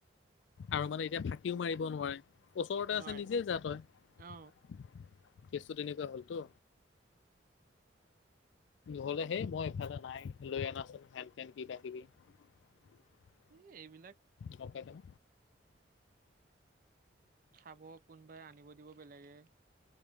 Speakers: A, on the left; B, on the right.
A: আৰু মানে এতিয়া ফাঁকিও মাৰিব নোৱাৰে ওচৰতে
B: নোৱাৰে
A: আছে নিজে যা তই। কেচটো
B: অ
A: তেনেকুৱা হ'ল তু। হ'লে হে মই এফালে নাই লৈ অনাচোন হেন চেন কিবা কিবি। <inaudible>
B: এই এইবিলাক।
A: গম পাই যাম।
B: খাব কোনোবাই আনিব দিব বেলেগে।